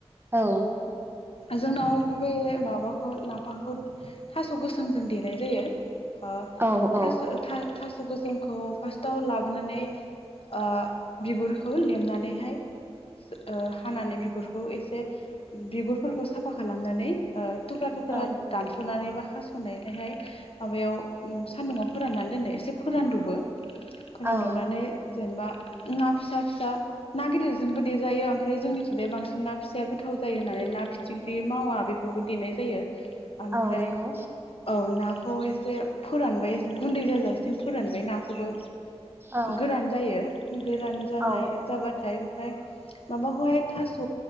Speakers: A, on the right; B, on the left.
A: औ।
B: जोंनाव गुबैयै माबाखौ नाफामखौ थास' गोसोमजों देनाय जायो। ओ
A: औ
B: थास' था थास' गोसोमखौ गाव लाबोनानै ओ बिगुरखौ लेमनानैहाय ओ हानानै बिगुरखौ एसे बिगुर फोरखौ साफा खालामनानै ओ थुख्रा थुख्रा
A: औ
B: दानस'नानै बा हास'नायजोंहाय माबायाव सान्दुङाव फोराननानै दोनो एसे फोरानद'बो। फोरान
A: औ
B: दबनानै जेनेबा ना फिसा फिसा ना गिदिरजोंबो देजायो आम फ्राय जोंनि थिंजाय बांसिन ना फिसाया गोथाव जायो होननानै ना फिथिख्रि मावा बेफोरखौ देनाय जायो। आमफ्राय
A: औ नंगौ
B: औ ना खौ एसे फोरानबाय एसे गुन्दै जाजासिम फोरानबाय नाखौबो
A: औ
B: गोरान जायो गोरान जानाय
A: औ
B: जाबा थाय ओमफ्राय माबाखौहाय थास'